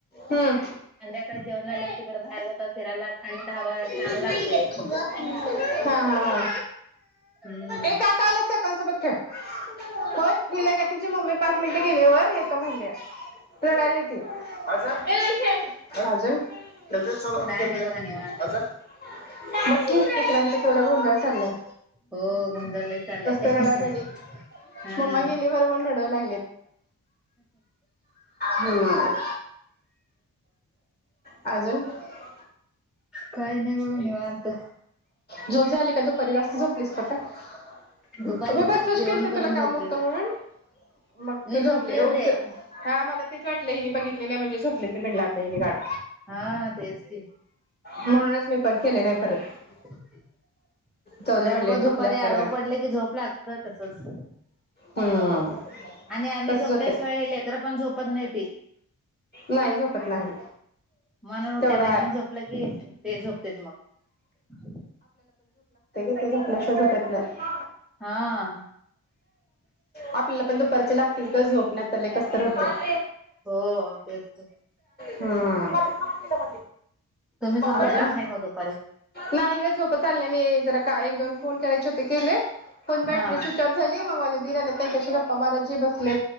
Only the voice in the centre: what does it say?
संध्याकाळी जेवण झाल्यावर तिकडे बाहेर जाता फिरायला थंड हवा छान
लागते.
हम्म.
काय नाही बघा निवांत
हो गोंधळ लय चाललाय, <unintelligible>
हा.
काही नाही बघा निवांत.
दुपारी बघ जेवण
करून
झोपलेलो
मी
झोपले
होते.
हा तेच की.
<unintelligible>
दुपारी
आडव
पडलं की झोप लागत्या तसचं.
आणि आम्ही
झोपल्याशिवाय
लेकर पण झोपत नाई ती
म्हणून
त्यांना
घेऊन झोपलं की ते झोपतेत मग.
हा
हो तेच की.
तुम्ही झोपला
होता का नाही मग दुपारी?
हा.